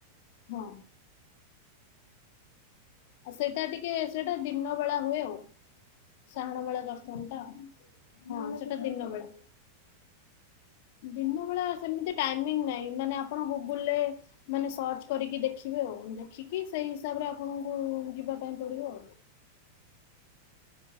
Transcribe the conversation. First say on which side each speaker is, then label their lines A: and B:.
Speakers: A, on the left; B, on the left.
A: ହଁ। ଆଉ ସେଇଟା ଟିକେ ସେଇଟା ଦିନ ବେଳା ହୁଏ ଆଉ। ସାହାଣ ମେଳା
B: ଦିନ
A: ଦର୍ଶନ ଟା, ହଁ
B: ବେଲା
A: ସେଟା
B: କେତେବେଲେ
A: ଦିନ ବେଳା। ଦିନ ବେଳା ସେମିତି ଟାଇମିଙ୍ଗ ନାହିଁ, ମାନେ ଆପଣ ଗୁଗୁଲରେ ମାନେ ସର୍ଚ୍ଚ କରିକି ଦେଖିବେ ଆଉ, ଦେଖିକି ସେଇ ହିସାବରେ ଆପଣଙ୍କୁ ଯିବା ପାଇଁ ପଡିବ।